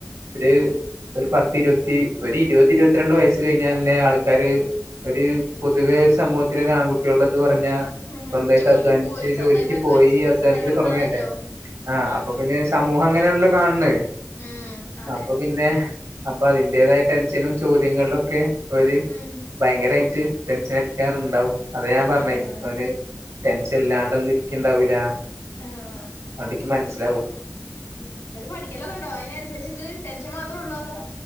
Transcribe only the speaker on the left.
ഉം
ഉം
ജോലിക്ക്
പോയി സ്വന്തായിട്ട്
അധ്വാനിച്ച്
പൈസ
ഇണ്ടാക്കണംന്നാണല്ലോ.
ആഹ്
ഉം അതെ
ഉം
ആഹ്
ആഹ്
ഉം. ന്നെട്ട് പഠിക്കലൊക്കെണ്ടോ അയിനനുസരിച്ചിട്ട് ടെൻഷൻ മാത്രള്ളോ അതോ?